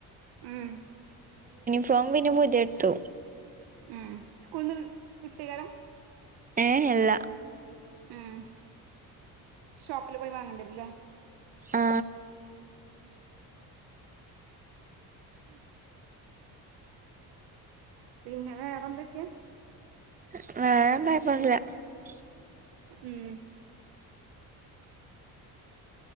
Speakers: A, on the right (about 80°); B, on the right (about 20°).
A: ഉം
B: <unintelligible> പിന്നെ പുതിയട്ത്തു
A: ഉം സ്കൂള്ന്ന് കിട്ടെകാരം
B: ഏ ഏ ല്ല
A: ഉം ഷോപ്പില് പോയി വാങ്ങണ്ടരുല്ലേ
B: ആ
A: <unintelligible> പിന്നെ വേറെന്തക്കെ
B: <unintelligible>
A: ഉം